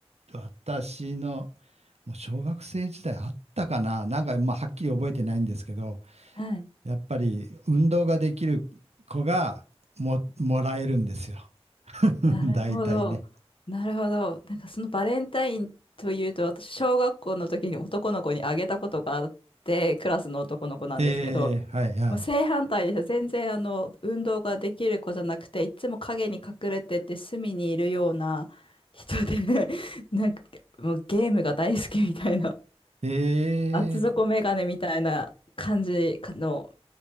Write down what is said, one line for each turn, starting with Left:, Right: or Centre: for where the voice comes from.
Right: 私のもう小学生時代あったかな。なんかまあはっきり覚えてないんですけど、
Left: はい。
Right: やっぱり運動ができる子がも、もらえるんですよ。<laughs>
Left: なるほど。
Right: 大体ね。
Left: なるほど。なんかそのバレンタインというと、私、小学校の時に男の子にあげたことがあって、クラスの男の子なんですけど、
Right: ええ、はいはい。
Left: もう正反対です。全然あの、運動ができる子じゃなくて、いつも影に隠れてて隅にいるような人で、<laughs> なんかもうゲームが大好きみたいな、
Right: ええ、
Left: 厚底メガネみたいな感じの